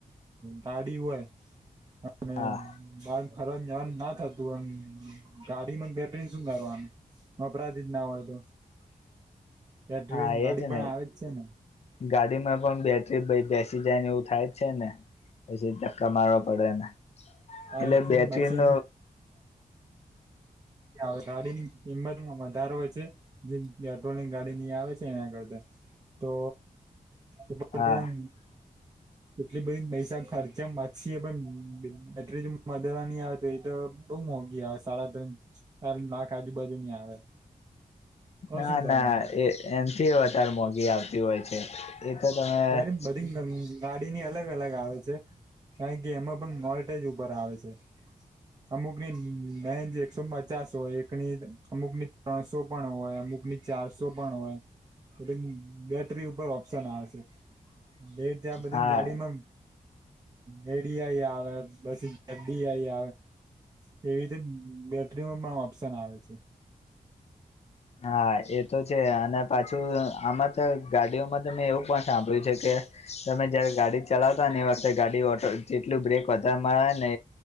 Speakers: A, on the right (about 30°); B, on the left (about 45°).
A: ગાડી હોય. અને
B: હા
A: બાર ફરવા જવાનું ના થતું એમ ગાડી બેટરી શું કરવાનું વપરાતુ જ ના હોય તો.
B: <inaudible>
A: એટલી
B: હા
A: ગાડી
B: એજ
A: પણ
B: ને
A: આવી જ છે ને.
B: ગાડીમાં પણ બેટરી ભ બેસી જાય ને એવું થાય જ છે ને. પછી ધક્કા મારવા પડેને
A: હા
B: એટલે બેટરી
A: પછી
B: ન
A: વે ગાડીની કિંમતમાં વધારો હોય છે જે પેટ્રોલની ગાડી ન આવે છે એના કરતા. તો ઉપર
B: હા
A: મ
B: <inaudible>
A: એટલી બધી પૈસા ખર્ચા માસીએ પણ એટલે જો મદરાની આવત હોય તો બ મોઘી આવે સાડા ત્રણ નાખ આજુ બાજુ ની આવે. તો
B: ના
A: શું કરવાનું
B: ના એ એનથી વધારે મોઘી આવતી હોય છે. એ તો તમે
A: અરે બધી ગાડીની અલગ અલગ આવે છે કારણ કે એમાં મોલટેજ ઉપર આવે છે અમુક ની મેનજ એકસો બ ચારસો હોય એકની અમુક ની ત્રણસો પણ હોય અમુક ની ચારસો પણ હોય. હડી. બેટરી ઉપર ઓપ્શન આવે છે બેટ ત્યાં બધી
B: હા
A: ગાડીમાં. મેડી આઈ આવે બસ ગડી આઈ આવે. એવી રીતે બેટરીમાં પણ ઓપ્શન આવે છે.
B: હા એ તો છે અને પાછું આમાં તો ગાડીઓમાં ત મેં એવું પણ સાંભળ્યું છે કે તમે જયારે ગાડી ચલાવતા હો ને એ વખતે ગાડી ઓટો જેટલું બ્રેક વધારે મારવા ને